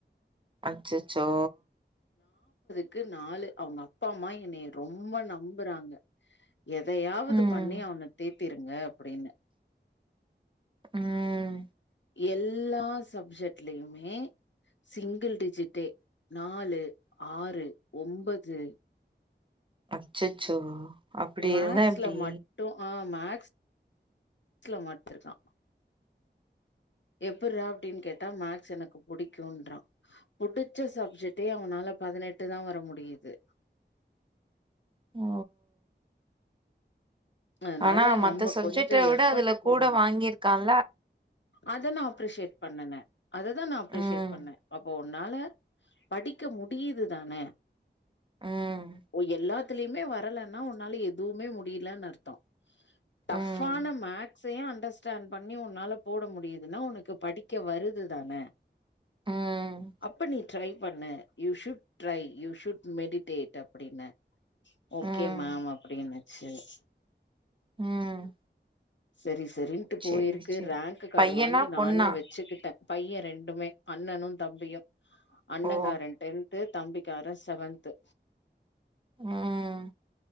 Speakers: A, on the right; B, on the left.
A: அச்சச்சோ
B: க்கு நாலு அவுங்க அப்பா அம்மா என்னய ரொம்ப நம்புறாங்க எதயாவது
A: ம்
B: பண்ணி அவன தேத்தி த்திருங்க அப்டின்னு
A: உம்
B: எல்லா சப்ஜெக்ட்லயுமே சிங்கிள் டிஜிட்டே நாலு ஆறு ஒம்பது
A: அச்சச்சோ அப்டி
B: மேக்ஸ்ல
A: இருந்தா எப்டி
B: மட்டு ஆ மேக்ஸ் மேக்ஸ்ல மட்டுந்தா எப்புறா அப்டினு கேட்டா மேக்ஸ் எனக்கு புடிக்குன்றா புடுச்ச சப்ஜெக்ட் இப்பயே அவனால பதினெட்டு தா வர முடியுது
A: ஓ
B: அதனால
A: ஆனா மத்த
B: நம்ம
A: சப்ஜெக்ட
B: கொஞ்சோ
A: விட
B: எஃபர்ட்
A: அதுல
B: போட்ணு
A: கூட வாங்கியிருக்காங்
B: அத நா அப்ரிசியேட் பண்ணுனே அததா நா அப்ரிசியேட்
A: ம்
B: பண்ணே அப்போவ் உன்னால படிக்க முடியுது தான
A: ம்
B: ஓ எல்லாத் துலுமே வரலன்னா உன்னால எதுவுமே முடியலன்னு அர்த்தோ டப்பான
A: ம்
B: மேக் சே அண்டர்ஸ்டாண்ட் பண்ணி உன்னால போட முடியுதுன்னா ஒனக்கு படிக்க வருது தான
A: ம்
B: அப்ப நீ ட்ரை பண்ணு you should try you should meditate அப்டின்னே ஓக்கே
A: ம்
B: மேம் அப்டின்னு சேரி
A: ம்...
B: செரி செரி சரின்ட்டு போயிருக்கு
A: சேரி சேரி
B: ரேங்க்கு காடு
A: பையனா
B: வாங்கி நானே
A: பொண்ணா
B: வச்சுக்கிட்டே பைய ரெண்டுமே அண்ணனு தம்பியு அண்ணங்கார
A: ஓ
B: டென்த்து தம்பிக்கார செவன்த்து
A: ம்